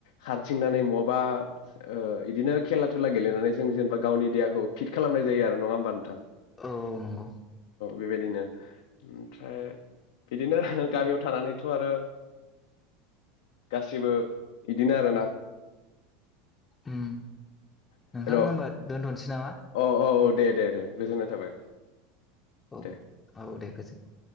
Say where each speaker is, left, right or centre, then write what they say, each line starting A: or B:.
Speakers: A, on the left (about 75°); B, on the left (about 20°).
A: खारथिंनानै मब बा ओ इदिनो खेला दुला गेलेनानै जों जेनेबा गावनि देहाखौ फिट खालामनाय जायो आरो नङा होनबा नोंथां?
B: औ औ नंगौ
A: बेबायदिनो ओमफ्राय बिदिनो गामियाव थानानैथ' आरो गासिबो बिदिनो आरोना
B: उ।
A: हेल'
B: नोंथां
A: औ
B: होनोमबा दोनथ'सै नामा?
A: औ औ दे दे दे। गोजोननाय थाबाय
B: औ
A: दे।
B: औ दे गोजोन